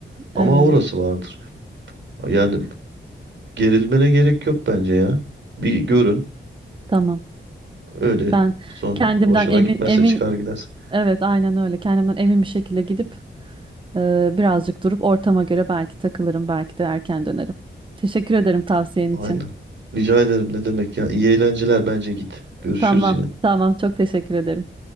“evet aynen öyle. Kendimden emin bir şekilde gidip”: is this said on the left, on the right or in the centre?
Right